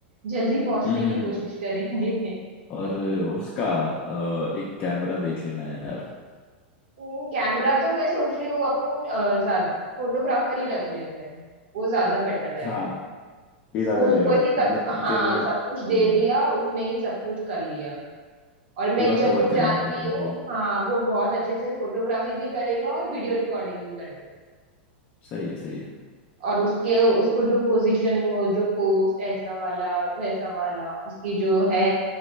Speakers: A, on the right; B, on the left.
A: जल्दी पहुंचने
B: हम्म हम्म,
A: की कोशिश
B: हम्म,
A: करेंगे
B: और उसका अ, एक कैमरा देख लेना यार
A: <laughs> कैमरा तो मैं सोच रही हूँ अपन अ, ज्यादा फोटोग्राफर ही रख लेते हैं वो ज्यादा बेटर रहेगा
B: हाँ ये ज्यादा
A: उसको
B: रहेगा
A: ही सब
B: मतलब क्योंकि
A: हाँ
B: वो
A: सब कुछ
B: हम्म,
A: दे दिया उसने ही सब कुछ कर लिया और मैं
B: पूरा
A: एक जन
B: कवर
A: को
B: कर
A: जानती
B: लेगा इवेंट
A: हूँ
B: वो
A: हाँ वो बहुत अच्छे से फोटोग्राफी भी करेगा और वीडियो रिकॉर्डिंग भी कर देगा
B: सही है सही है
A: और उसके उसको जो पोजीशन वो जो पोस्ट ऐसा वाला वैसा वाला उसकी जो है